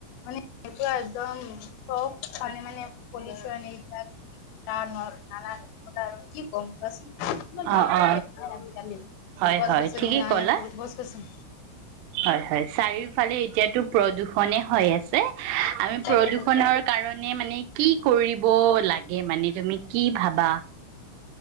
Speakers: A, on the left (about 80°); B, on the right (about 80°).
A: মানেৰা একদম চ কাৰণে মানে পলিচন এই নানা আৰু কি কম কোৱাচোন ইমান
B: অ
A: ভাল পৰিৱেশ
B: অ
A: নাই আজিকালি।
B: হয়
A: গছ
B: হয়
A: গছনি
B: ঠিকেই
A: নাই
B: কলা
A: গছ গছনি
B: হয় হয় চাৰিওফালে এতিয়াতো প্ৰদূষণ শনে হৈ আছে আমি
A: তাকেতো
B: প্ৰদূষণৰ কাৰণে মানে মানে কি কৰিব লাগে মানে তুমি কি ভাবা